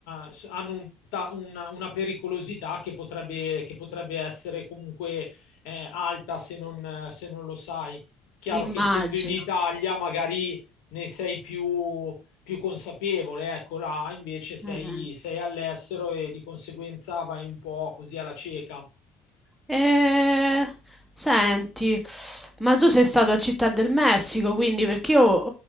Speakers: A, on the left; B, in the centre.
A: eh, s- hanno un ta- una, una pericolosità che potrebbe, che potrebbe essere comunque eh, alta se non, eh, se non lo sai. Chiaro
B: Immagino.
A: che essendo in Italia magari ne sei più più consapevole, ecco, là invece sei,
B: Mm-hmm.
A: sei all'estero e di conseguenza vai un po' così alla cieca.
B: Eh, senti, ma tu sei stato a Città del Messico, quindi perché io